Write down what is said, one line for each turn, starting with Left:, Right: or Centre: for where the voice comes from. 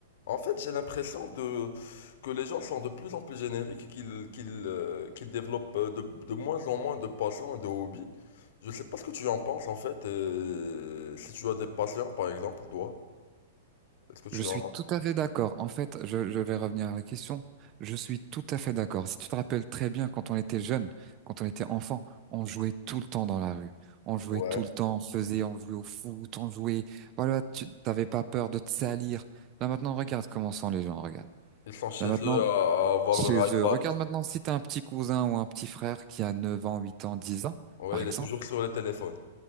Left: En fait, j'ai l'impression de que les gens sont de plus en plus génériques et qu'ils qu'ils euh, qu'ils développent euh, de, de moins en moins de passions et de hobbies. Je sais pas ce que tu en penses en fait. et si tu as des passions, par exemple, toi, est-ce que tu
Right: Je suis
Left: en
Right: tout
Left: as?
Right: à fait d'accord. En fait, je, je vais revenir à la question. Je suis tout à fait d'accord. Si tu te rappelles très bien, quand on était jeune, quand on était enfant, on jouait tout le temps dans la rue. On jouait
Left: Ouais.
Right: tout le temps, on faisait, on jouait au foot, on jouait. Voilà, tu t'avais pas peur de te salir. Là maintenant, regarde comment sont les gens, regarde.
Left: Ils sont chez
Right: Là maintenant,
Left: eux à, à avoir
Right: chez
Left: leur iPad.
Right: eux, regarde maintenant si t'as un petit cousin ou un petit frère qui a 9 ans, 8 ans, 10 ans,
Left: Ouais,
Right: par
Left: il
Right: exemple
Left: est toujours sur le téléphone.